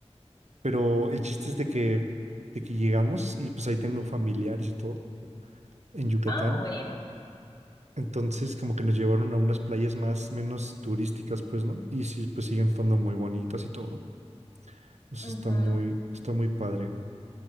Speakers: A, on the right; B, on the left.
A: pero el chiste es de que, de que llegamos y pues ahí tengo familiares y todo en Yucatán.
B: Ah, bueno.
A: Entonces, como que nos llevaron a unas playas más, menos turísticas, pues, ¿no? Y sí, pues siguen estando muy bonitas y todo. Pues
B: ujú,
A: está muy, está muy padre.